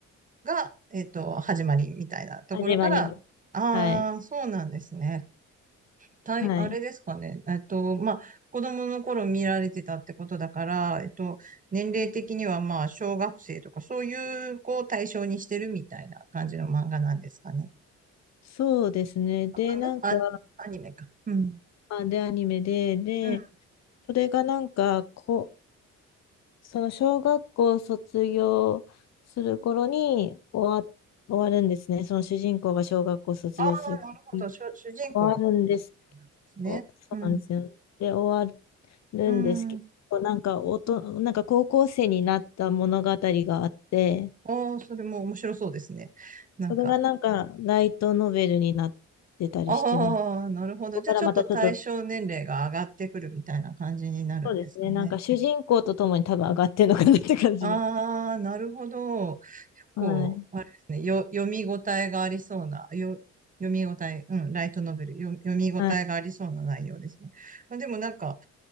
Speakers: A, on the right (about 25°); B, on the left (about 60°).
A: が、えっと、始まりみたいなところから、
B: 始まりです。
A: ああ、
B: はい。
A: そうなんですね。たい、
B: はい。
A: あれですかね。えっと、まあ、子供の頃見られてたってことだから、えっと、年齢的にはまあ、小学生とか、そういう子を対象にしてるみたいな感じの漫画なんですかね。
B: そうですね。で、
A: あ漫画あ、
B: なんか、
A: アニメか。うん。
B: あ、で、アニメで、で、
A: うん。ああ、
B: それがなんか、こ、その小学校卒業する頃に終わ、終わるんですね。その主人公が小学校卒業する頃に
A: なるほど。主、主人公で
B: 終わるんです。
A: すね。
B: おそうなんですよ。
A: うん。
B: で、終わるんですけど、
A: うん。
B: なんかおと、なんか高校生になった物語があって、
A: ああ、それも面白そうですね。なんか、
B: それがなんかライトノベルになってたりしてます。
A: ああ、なるほど。
B: そこからまたちょっと、
A: じゃあちょっと対象年齢が上がってくるみたいな感じになるんですかね。
B: そうですね、なんか主人公とともに多分上がってるのかなって感じで。
A: ああ、なるほど。こう、
B: はい。
A: あれですね。よ、読み応えがありそうな、よ、読み応え、うん、ライトノベル、よ、読み応えがありそうな内容ですね。
B: はい。
A: まあ、でもなんか、